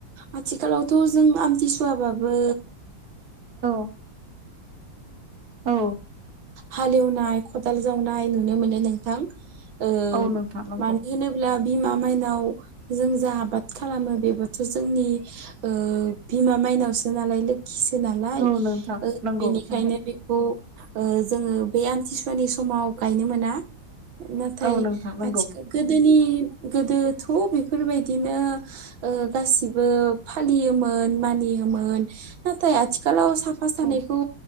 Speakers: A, on the right; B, on the right.
A: आथिखालावथ' जों आमथिसुवाबाबो
B: औ। औ
A: हालेवनाय, खदाल जावनाय, नुनो मोनो नोंथां ओ
B: औ नोंथां नंगौ
A: मानो होनोब्ला अब्ला बिमा मायनाव जों जा आबाद खालामो बेबोथ' जोंनि ओ बिमा मायनावसो नालाय लोखिसो नालाय
B: औ नोंथां
A: बेनिखायनो
B: नंगौ नंगौ
A: बे खौ ओ जोङो बे आमथिसुवानि समाव गायनो मोना। नाथाय
B: औ नोंथां नंगौ
A: आथिखा गोदोनि गोदोथ' बेफोरबायदिनो ओ गासिबो फालियोमोन मानियोमोन नाथाय आथिखालाव साफा सानायखौ
B: औ